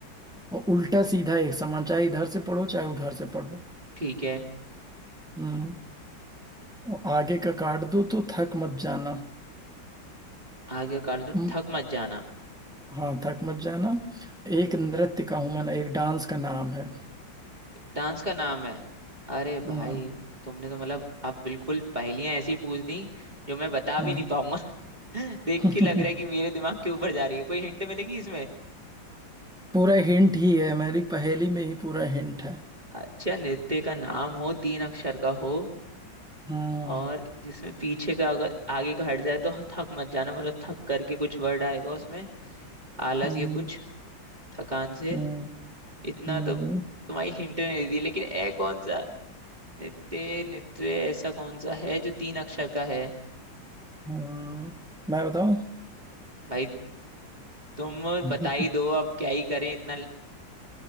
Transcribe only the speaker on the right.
ठीक है
आगे कर दो
थक मत जाना
डांस का नाम है अरे
भाई तुमने तो मतलब अब बिल्कुल पहेलियां ऐसी पूछ दी जो मैं बता
भी नहीं पाऊंगा <laughs> देख
के लग रहा है कि मेरे दिमाग के ऊपर जा रही है कोई हिंट मिलेगी इसमें
अच्छा नृत्य का नाम हो तीन अक्षर का हो
और जिसमें पीछे का अगर आगे का हट जाए तो थक मत जाना मतलब थक करके कुछ वर्ड आएगा उसमें आलस
या कुछ थकान से
इतना
तो तुम्हारी हिंट नहीं दी लेकिन ए कौन सा नित्य नित्य ऐसा कौन सा है जो तीन अक्षर का है
भाई तुम
बता ही दो अब क्या ही करें इतना ल-